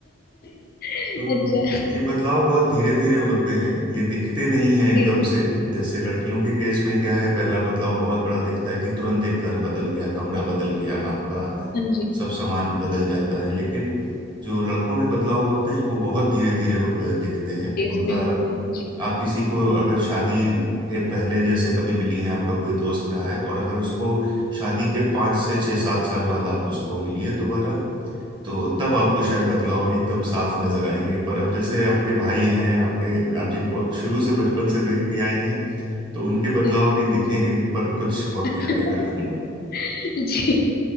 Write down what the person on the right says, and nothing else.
तो
ये बदलाव बहुत धीरे धीरे होते हैं ये दिखते नहीं हैं एकदम
से जैसे लड़कियों के केस में क्या है पहला बदलाव बहुत बड़ा दिखता है कि तुरंत एक घर बदल गया कमरा बदल गया आपका
सब सामान बदल जाता है लेकिन जो लड़कों में बदलाव होते हैं वो बहुत धीरे धीरे दिखते हैं
उनका
आप किसी को अगर शादी के पहले जैसे कभी मिली हैं आपका कोई दोस्त रहा है और अगर उसको शादी के पाँच से छः सात साल बाद आप उसको मिलिए दोबारा तो
तब आपको शायद बदलाव एकदम साफ नजर आएंगे पर अब जैसे आपके भाई हैं आपके आप जिनको शुरू से बचपन से देखती आई हैं तो उनके बदलाव
भी दिखेंगे पर कुछ वक्त
लगेगा <laughs>